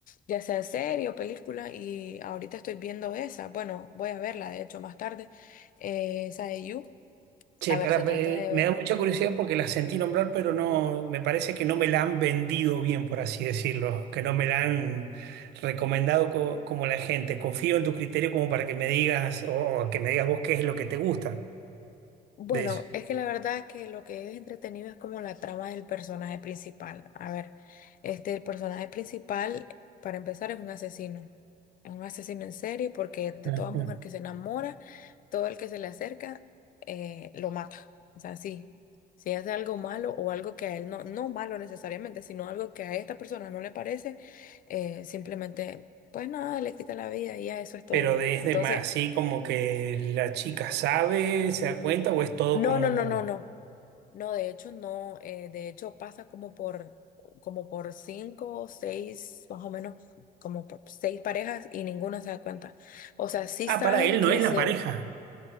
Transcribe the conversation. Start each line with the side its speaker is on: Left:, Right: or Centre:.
Left: ya sea serie o película y ahorita estoy viendo esa. Bueno, voy a verla de hecho más tarde, eh, esa de You.
Right: Che,
Left: A
Right: pará,
Left: ver, se trata
Right: eh,
Left: de
Right: me
Left: ver.
Right: da mucha curiosidad porque la sentí nombrar, pero no, me parece que no me la han vendido bien, por así decirlo, que no me la han recomendado co- como la gente. Confío en tu criterio como para que me digas, o, o que me digas vos qué es lo que te gusta
Left: Bueno,
Right: de eso.
Left: es que la verdad es que lo que es entretenido es como la trama del personaje principal. A ver, este, el personaje principal, para empezar, es un asesino. Es un asesino en serie porque de
Right: Ajá.
Left: toda mujer que se enamora, todo el que se le acerca, eh, lo mata. O sea, sí, si hace algo malo o algo que a él no, no malo necesariamente, sino algo que a esta persona no le parece, eh, simplemente, pues nada, le quita la vida y ya eso es todo.
Right: Pero de- es
Left: Entonces,
Right: de más, así como que la chica sabe, se da cuenta, o es todo
Left: no,
Right: como.
Left: no, no, no, no. No, de hecho no, eh, de hecho pasa como por, como por cinco o seis, más o menos, como por seis parejas y ninguna se da cuenta. O sea, sí
Right: Ah,
Left: saben
Right: para él
Left: que
Right: no es
Left: se,
Right: la pareja.